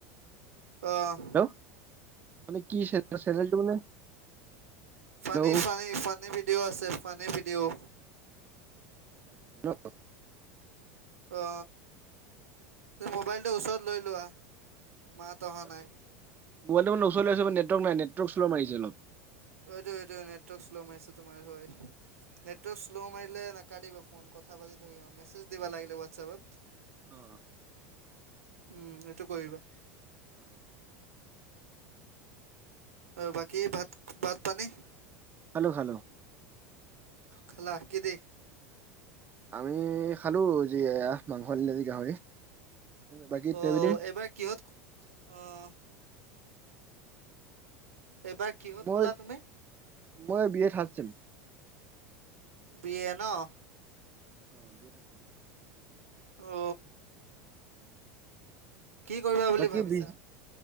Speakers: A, on the right; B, on the right.
A: অ'
B: হেল্ল'? মানে কি চে- চেনেলটো মানে
A: funny
B: hello
A: - funny - funny video অ আছে, ফানি ভিডিঅ'।
B: হেল্ল
A: অ মোবাইলটো ওচৰত লৈ লোৱা। মাত অহা নাই
B: মোবাইলটো মান ওচত লৈ আছো নেটৱৰ্ক নাই নেটৱৰ্ক শ্ল মাৰিছে অলপ
A: অ এইটো এইটো নেটৱৰ্ক স্ল' মাইছে তোমাৰ হয় নেটৱৰ্ক
B: অ
A: শ্ল' মাৰিলে নাকাটিবা ফোন কথা পাতি ধৰিব মেছেজ দিবা লাগিলে হোৱাটছএপত
B: অ
A: <unintelligible> উম এইটো কৰিবা
B: অ
A: বাকী ভাত ভাত পানী
B: খালো খালো
A: খালা কিদি?
B: আমি খালো যি মাংস নিলাজি গাহৰি বাকী
A: অহ
B: ট্ৰেভেলিং
A: এইবাৰ কিহত অহ এইবাৰ কিহত
B: মই
A: ক'লা তুমি?
B: মই B A third sem.
A: B A ন'?
B: অ' বি এ থাৰ্ড ছেম।
A: অ কি কৰিবা বুলি
B: বাকী
A: ভাবিছা
B: বিজ